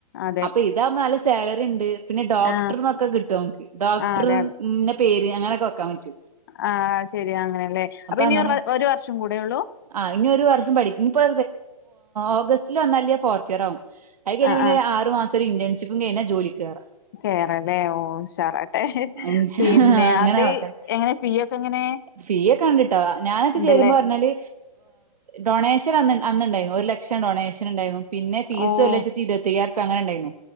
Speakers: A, on the left; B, on the right.
A: അതെ
B: അപ്പൊ ഇത് ഇതാകുമ്പോ നല്ല സാലറി ഉണ്ട് പിന്നെ ഡോക്ടർന്നൊക്കെ
A: ആ
B: കിട്ടും നമുക്ക് ഡോക്ടർന്ന
A: ആ അതെ
B: പേര് അങ്ങനൊക്കെ വക്കാൻ പറ്റു
A: ആഹ് ശെരി അങ്ങനെയല്ലേ അപ്പൊ ഇനി
B: അങ്ങനെ
A: ഒരു ഒരു വർഷം കൂടെ ഉള്ളൂ
B: ആഹ് ഇനി ഒരു വർഷം പഠിക്കുന്നു ഇപ്പൊ ഓഗസ്റ്റില് വന്നല് ഫോർത്ത് ഇയർ ആകും ആയ് കഴിഞ്ഞ
A: ആ
B: പിന്നെ
A: ആ
B: ആറ് മാസം ഒരു ഇന്റേഷിപ്പും കഴഞ്ഞാ ജോലി കേറ
A: കേറല്ലേ ഓഹ് ഉഷാറാട്ടെ
B: ഇൻഷാ
A: പിന്നെ
B: അല്ലാഹ് അങ്ങനെ
A: അത്
B: ആവട്ടെ
A: എങ്ങനെ ഫീ ഒക്കെ എങ്ങനെ
B: ഫീ ഒക്കെ കണ്ടിട്ടോ ഞാനൊക്കെ
A: ഉണ്ടല്ലേ
B: ചേരുമ്പോ പറഞ്ഞാല് ഡൊണേഷൻ അന്ന് അന്നുണ്ടായിരുന്നു ഒരു ലക്ഷം ഡൊണേഷൻണ്ടായിരുന്നു പിന്നെ ഫീസ്
A: ഓ
B: ഒരു ലക്ഷത്തിരുപ്പതിയ്യായിരം അങ്ങനെ ഉണ്ടായിരുന്നു